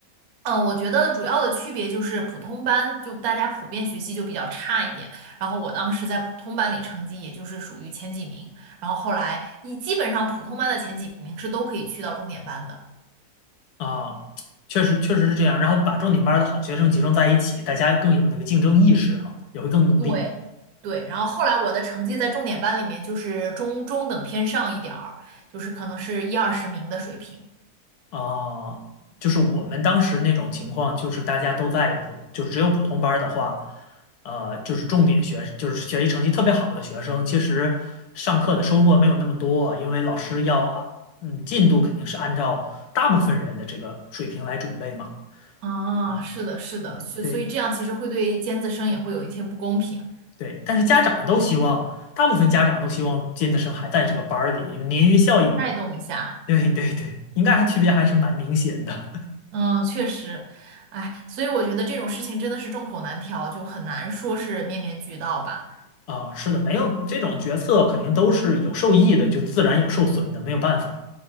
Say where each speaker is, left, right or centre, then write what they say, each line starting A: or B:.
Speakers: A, on the right (about 70°); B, on the left (about 75°).
A: 嗯，我觉得主要的区别就是普通班就大家普遍学习就比较差一点，然后我当时在普通班里成绩也就是属于前几名，然后后来一基本上普通班的前几名是都可以去到重点班的。
B: 啊，确实确实是这样。然后把重点班儿的好学生集中在一起，大家更有那个竞争意识哈、也会更努力。
A: 对对，然后后来我的成绩在重点班里面就是中中等偏上一点儿，就是可能是一二十名的水平。
B: 啊，就是我们当时那种情况，就是大家都在普，就只有普通班儿的话，呃，就是重点学，就是学习成绩特别好的学生，其实上课的收获没有那么多，因为老师要啊，嗯，进度肯定是按照大部分人的这个水平来准备嘛。
A: 啊，
B: 嗯，
A: 是的，是的，
B: 对对
A: 所所以这样其实会对尖子生也会有一些不公平，
B: 对，但是家长都希望，大部分家长都希望尖子生还在这个班儿里，因为鲶鱼效应嘛。
A: 就带动一下。
B: <laughs> 对对对，应该还区别还是蛮明显的。
A: 嗯，确实，哎，所以我觉得这种事情真的是众口难调，就很难说是面面俱到吧。
B: 啊，是的，没有这种决策肯定都是有受益的，就自然有受损的，没有办法。